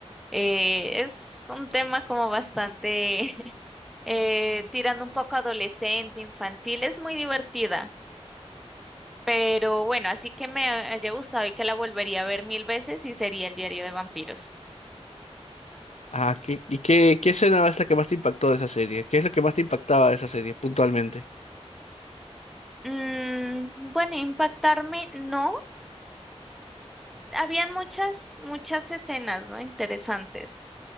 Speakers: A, in the centre; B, on the left.
A: Eh, es un tema como bastante <laughs> eh, tirando un poco adolescente, infantil. Es muy divertida. Pero bueno, así que me haya gustado y que la volvería a ver mil veces y sería El Diario de Vampiros.
B: Ah, ¿qué, y qué, qué escena es la que más te impactó de esa serie? ¿Qué es lo que más te impactaba de esa serie puntualmente?
A: Mm, bueno, impactarme no. habían muchas, muchas escenas, ¿no? Interesantes.